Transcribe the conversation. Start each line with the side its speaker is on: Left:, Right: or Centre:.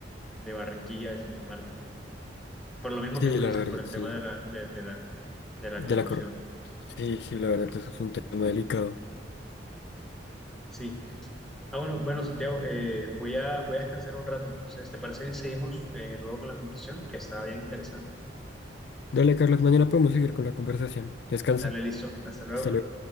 Centre: de Barranquilla, de Santa Marta. Por lo mismo
Left: Sí,
Centre: que tú
Left: la
Centre: dices,
Left: verdad,
Centre: por el
Left: sí.
Centre: tema de la, de, de la, de la
Left: De
Centre: corrupción.
Left: la cor- Sí, sí, la verdad, eso es un tema delicado.
Centre: Sí. Ah, bueno, bueno, Santiago, eh, voy a, voy a descansar un rato, entonces, ¿te parece que seguimos eh, luego con la conversación? Que está bien interesante.
Left: Dale, Carlos, mañana podemos seguir con la conversación. Descansa.
Centre: Dale, listo, hasta luego.
Left: Hasta luego.